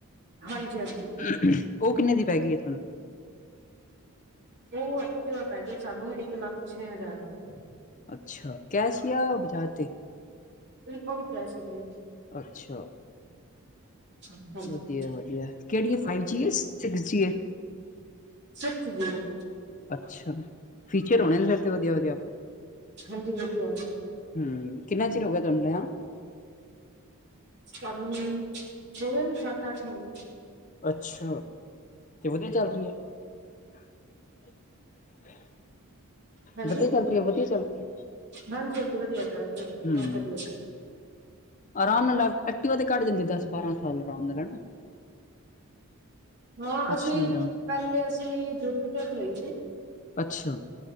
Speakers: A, on the right; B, on the left.
A: ਹਾਂਜੀ ਹਾਂਜੀ
B: ਹੁਹੁ, ਉਹ ਕਿੰਨੇ ਦੀ ਪੈ ਗਈ ਹੈ ਤੁਹਾਨੂੰ,
A: ਉਹ ਐਕਟਿਵਾ ਪੈ ਗਿਆ, ਸਾਨੂੰ ਇੱਕ ਲੱਖ ਛੇ ਹਜ਼ਾਰ ਦੀ।
B: ਅੱਛਾ, ਕੈਸ਼ ਜਾ ਬਜਾਜ ਤੇ?
A: ਨਹੀ, ਆਪਾ ਵੀ ਕੈਸ਼ ਹੀ ਲਈ ਸੀ।
B: ਅੱਛਾ।
A: ਹਾਂਜੀ
B: ਵਧੀਆ, ਵਧੀਆ ਕਿਹੜੀ ਹੈ ਫਾਈਵ ਜੀ ਸਿਖਸ ਜੀ ਏ,
A: ਸਿਖਸ ਜੀ ਏ।
B: ਅੱਛਾ, ਫੀਚਰ ਹੋਣੇ ਨੇ ਫਿਰ ਤੇ ਵੱਧੀਆ -ਵੱਧੀਆ,
A: ਹਾਂਜੀ, ਵੱਧੀਆ।
B: ਹਮ, ਕਿੰਨਾ ਚਿਰ ਹੋ ਗਿਆ ਤੁਹਾਨੂ ਲਿਆ ਨੂੰ,
A: ਸਾਨੂ ਹੋ ਗਏ ਨੇ ਸਤ -ਅੱਠ ਮਹੀਨੇ।
B: ਅੱਛਾ, ਤੇ ਵੱਧੀਆ ਚੱਲ ਰਹੀ ਏ, <unintelligible>
A: ਹਾਂਜੀ
B: ਵੱਧੀਆ ਚੱਲ ਰਹੀ ਹੈ, ਵੱਧੀਆ ਚੱਲ ਰਹੀ
A: ਹਾਂਜੀ ਹਾਂਜੀ ਵਧੀਆ ਚੱਲਦੀ ਬਹੁਤ
B: ਹਮ।
A: ਵਧੀਆ
B: ਆਰਾਮ ਨਾਲ ਐਕਟਿਵਾ ਤੇ ਕੱਢ੍ ਜਾਂਦੀ ਦਸ ਬਾਰਾਂ ਸਾਲ ਆਰਾਮ ਦੇ ਨਾਲ,
A: ਹਾਂ
B: ਕੁਛ
A: ਅਸੀਂ
B: ਨੀ ਦਾ
A: ਪਹਿਲੇ ਅਸੀਂ ਜੁਪੀਟਰ ਲਈ ਸੀ,
B: ਅੱਛਾ।